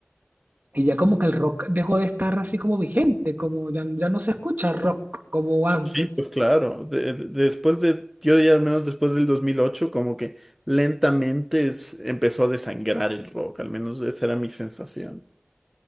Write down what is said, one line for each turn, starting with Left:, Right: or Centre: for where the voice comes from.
Right: Y ya como que el rock dejó de estar así como vigente, como ya, ya no se escucha rock como antes.
Centre: Sí, pues claro. De- de- después de, yo diría al menos después del 2008, como que lentamente es- empezó a desangrar el rock, al menos esa era mi sensación.